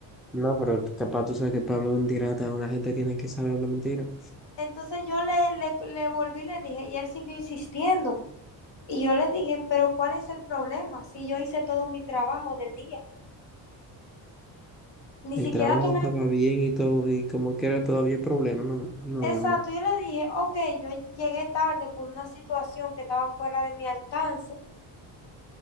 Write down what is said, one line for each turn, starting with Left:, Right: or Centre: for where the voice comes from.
Centre: No, pero capaz tú sabes que Pablo hablar mentira, la gente tiene que saber hablar mentira.
Left: Entonces yo le, le, le volví y le dije, y él siguió insistiendo. Y yo le dije, pero ¿cuál es el problema? Si yo hice todo mi trabajo del día, ni
Centre: El
Left: siquiera
Centre: trabajo
Left: tomé...
Centre: estaba bien y todo, y como que era todavía problema, no, no,
Left: Exacto,
Centre: hombre.
Left: yo le dije, ok, yo llegué tarde por una situación que estaba fuera de mi alcance